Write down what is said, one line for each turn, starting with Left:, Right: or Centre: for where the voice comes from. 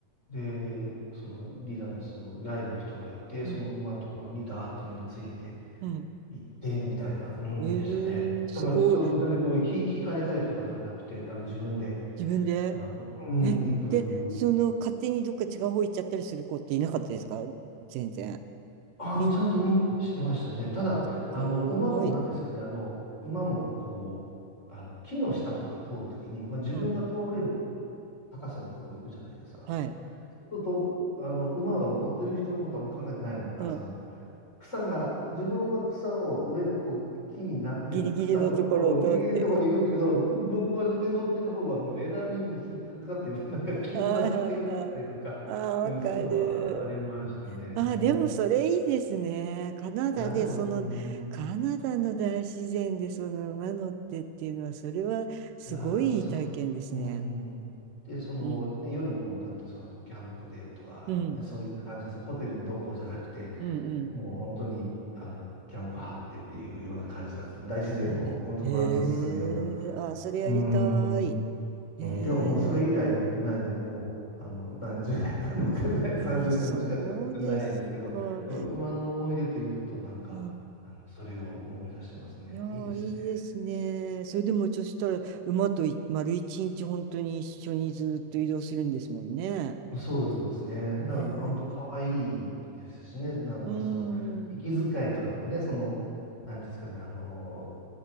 Left: で、そのリーダーのそのガイドの人がいて、
Right: うん、
Left: その馬のところにダーってみんなついて
Right: うん。
Left: いって、みたいな、うんでしたね。
Right: ええすごい。
Left: だから、そう、全然こう、ひ、引かれたりとかではなくて、あの自分で、
Right: 自分で。
Left: あの、うん、
Right: え、
Left: 行く
Right: で、その、勝手にどっか違う方行っちゃったりする子っていなかったですか全然。
Left: あの、
Right: みん、
Left: ちゃんと見にしてましたね。ただ、
Right: すごーい。
Left: あの、馬も、なんていうんですかね、あの、馬も、こう、あの、木の下とか通るときに、まあ、自分が通れる
Right: うん。
Left: 高さでこう行くじゃないですか。
Right: はい。
Left: そうすると、あの、馬は乗ってる人のことはあんま考えてないのか、
Right: うん。
Left: その、草が、自分は草を上のこう木になってる草のところをギリギリのところに行くけど、
Right: ギリギリのところを通って。
Left: 僕は上乗ってる方はもう枝にも引っかかって、<laughs> なんか傷だらけになったりとか、
Right: はいはいはい。ああ、
Left: うん、
Right: わかる。
Left: そういうのはありましたね。
Right: ああ、
Left: うん、
Right: でもそれいいですね。カナダで、
Left: いや、でも、
Right: その、
Left: うん。
Right: カナダの大自然でその馬乗ってっていうのは、それはすごいいい体験ですね。
Left: いやー、すごく、うん。で、その、
Right: うん。
Left: ね、夜も、なんていうんですか、こう、キャンプでとか、
Right: うん。
Left: ね、そういう感じ、そのホテルに同行じゃなくて、
Right: うんうん
Left: もう本当に、あの、キャンプ張ってっていうような感じだった。大自然を本当満喫するような。
Right: ねえへえ、あ、それやりたい。
Left: うーん。
Right: へえ、
Left: うん、でももうそれ以来乗ってないで、もう、あの、何十年と <laughs> 乗ってない、30年近く乗ってないんですけど、
Right: あ、そうですか。
Left: でも馬の思い出というと、なんか、
Right: うん。
Left: あの、それを思い出しますね。
Right: いやー、
Left: いいですね。
Right: いいですね。それでも、そしたら、馬とい丸一日、本当に一緒にずっと移動するんですもんね。
Left: そうですね。だから、
Right: ねえ。
Left: 本当可愛いですしね。なんか、
Right: うん、
Left: その、息遣いとかもね、
Right: うん、
Left: その、なんていうんですかね、あの、